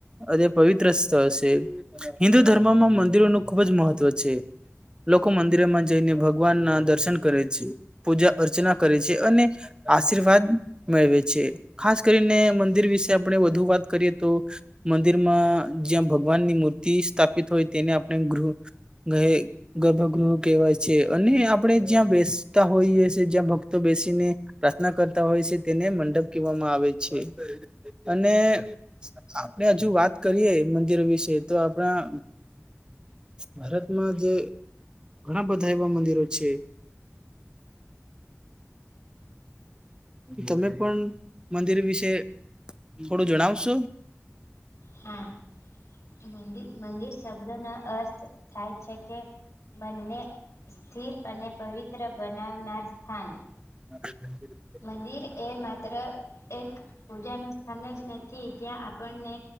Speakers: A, on the right; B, on the left.
A: અને પવિત્ર સ્થળ છે હિન્દુ ધર્મમાં મંદિરોનું ખૂબ જ મહત્વ છે. લોકો મંદિરમાં જઈને ભગવાન ના દર્શન કરે છે. પૂજા અર્ચના કરે છે અને આશીર્વાદ મેળવે છે ખાસ કરીને મંદિર વિશે આપડે વધુ વાત કરીએ તો મંદિરમાં જ્યાં ભગવાનની મૂર્તિ સ્થાપિત હોય તેને ગૃહ ઘએ ગર્ભગૃહો કહેવાય છે અને આપડે જ્યાં બેસતા હોઈએ છીએ જ્યાં ભક્તો બેસીને પ્રાર્થના કરતા હોય છે તેને મંડપ કહેવામાં આવે છે. અને આપણે હજુ વાત કરીએ મંદિરો વિશે તો આપણા ભારતમાં જે ઘણા બધા એવા મંદિરો છે. તમે પણ મંદિર વિશે થોડું જણાવશો.
B: હા મંદિ મંદિર શબ્દો ના અર્થ થાય છે કે મનને સ્થિર અને પવિત્ર બનાવનાર સ્થાન.
A: <inaudible>
B: મંદિર એ માત્ર એક પૂજા નું સ્થાન જ નથી ત્યાં આપણને